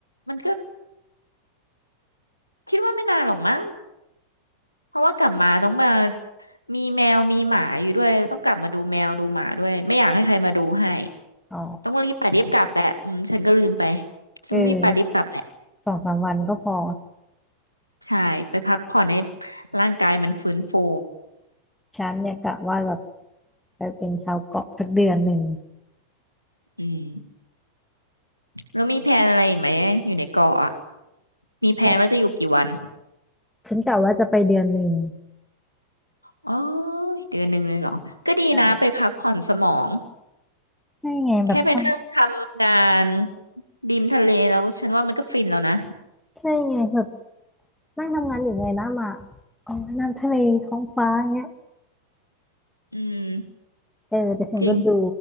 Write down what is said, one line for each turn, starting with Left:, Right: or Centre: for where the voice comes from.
Left: มันก็คิดว่าไม่นานหรอกมั้งเพราะว่ากลับมาต้องมามีแมวมีหมาอยู่ด้วยต้องกลับมาดูแมวดูหมาด้วยไม่อยากให้ใครมาดูให้
Centre: อ๋อ
Left: ต้องรีบไปรีบกลับแหละอืมฉันก็ลืมไป
Centre: เออ
Left: ต้องรีบไปรีบกลับแหละ
Centre: สองสามวันก็พอ
Left: ใช่ไปพักผ่อนให้ร่างกายมันฟื้นฟู
Centre: ฉันเนี่ยกะว่าแบบไปเป็นชาวเกาะสักเดือนหนึ่ง
Left: อืมแล้วมีแผนอะไรอีกไหมอยู่ในเกาะอะมีแผนว่าจะอยู่กี่วัน
Centre: ใช่ฉันกะว่าจะไปเดือนหนึ่ง
Left: อ๋อเดือนหนึ่งเลยเหรอ ก็ดีนะไปพักผ่อนสมอง
Centre: ใช่ใช่ไงแบบทำ
Left: แค่ไปนั่งทำงานริมทะเลแล้วฉันว่ามันก็ฟินแล้วนะ
Centre: ใช่ไงแบบนั่งทำงานอยู่ไงนำอ่ะมาอ๋อน้ำทะเลท้องฟ้าเงี้ย
Left: อืม
Centre: เออแต่ฉันก็ดู
Left: จริง